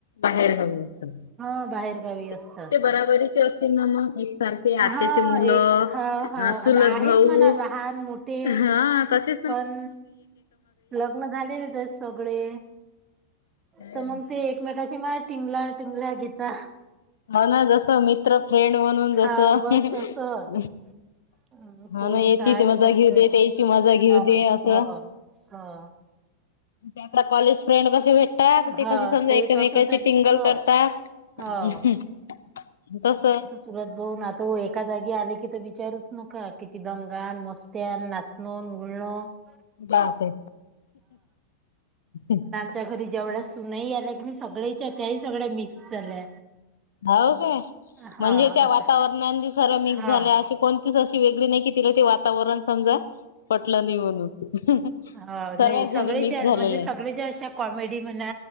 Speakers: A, on the left; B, on the right.
A: बाहेर जाऊयात.
B: बाहेर गावी असत.
A: ते बराबरीचे असतील ना मग एकसारखे आत्याचे
B: हा
A: मुलं..
B: एक हा हा
A: चुलत
B: आता आहेत
A: भाऊ
B: म्हणा लहान मोठे
A: हा कसे?
B: पण लग्न झालेले आहेत सगळे.
A: असं
B: तर मग ते एकमेकाची मार टिंगला टिंगल्या घेता.
A: मन जस मित्र फ्रेंड म्हणून जस
B: हा
A: <inaudible>
B: बस तसच. अं,
A: हो
B: कोण
A: ना याची
B: काय
A: मजा
B: कोण
A: घेऊ
B: काय
A: दे, त्याची मजा घेऊ
B: हा
A: दे असं.
B: हा. ह
A: आता कॉलेज फ्रेंड कसे भेट त्या
B: हा
A: कशी संग
B: ते
A: एकमेकाची
B: तसच आहे
A: टिंगल
B: तिचं
A: करतात
B: हो.
A: <inaudible> तस.
B: सुरत बून आता एका जागी आले की तुम्ही विचारूच नका किती दंगा आणि मस्त्या आणि नाच. <unintelligible>
A: गाव ते <inaudible>
B: त्याच्या घरी जेवढ्या सुनाही आला की नाही सगळेच्या त्याही सगळ्या मिक्स झाल्या.
A: हो काय?
B: हा
A: म्हणजे त्या
B: असं
A: वातावरणान खर मिक्स
B: हा
A: झाले अशे पंचवीस वर्ष वेगळी नाही कि तिला ते वातावरण समजा पटलं नाही म्हणून.
B: हा
A: सर्वच
B: नाही
A: जणी
B: सगळे
A: मिक्स
B: ज
A: झालेले
B: म्हणजे सगळे ज्या अशा कॉमेडी म्हणा